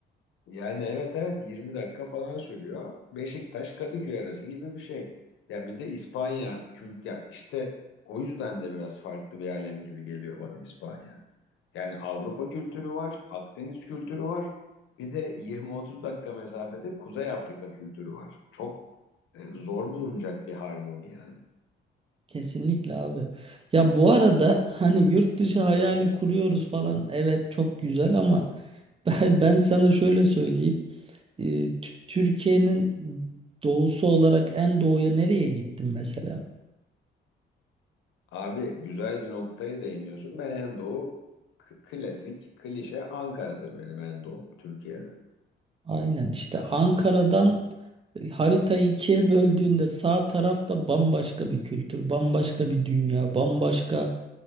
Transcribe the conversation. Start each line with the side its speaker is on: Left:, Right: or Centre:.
Left: Yani evet evet 20 dakika falan sürüyor. Beşiktaş Kadıköy arası gibi bir şey. Ya bir de İspanya kült ya işte o yüzden de biraz farklı bir alem gibi geliyor bana İspanya. Yani Avrupa kültürü var, Akdeniz kültürü var. Bir de 20-30 dakika mesafede Kuzey Afrika kültürü var. Çok e, zor bulunacak bir harmoni yani.
Right: Kesinlikle abi. Ya bu arada <laughs> hani yurt dışı hayali kuruyoruz falan. Evet çok güzel ama <laughs> ben ben sana şöyle söyleyeyim. e, T- Türkiye'nin doğusu olarak en doğuya nereye gittim mesela?
Left: Abi güzel bir noktayı değiniyorsun. Ben en doğu k- klasik, klişe Ankara'dır benim en doğum Türkiye'de.
Right: Aynen işte Ankara'dan e, haritayı ikiye böldüğünde sağ tarafta bambaşka bir kültür, bambaşka bir dünya, bambaşka